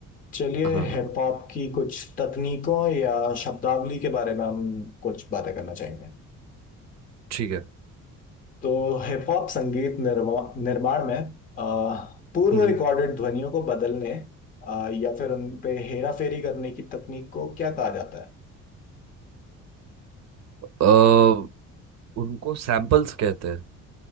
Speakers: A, on the left; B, on the right.
A: चलिए
B: हाँ
A: हिप हॉप की कुछ तकनीकों या शब्दावली के बारे में हम कुछ बातें करना चाहेंगे
B: ठीक है
A: तो हिप हॉप संगीत निर्वा- निर्माण में अ, पूर्व
B: हम्म
A: रिकॉर्डेड ध्वनियों को बदलने अ, या फिर उन पे हेरा फेरी करने की तकनीक को क्या कहा जाता है
B: अ, उनको सैंपल्स कहते हैं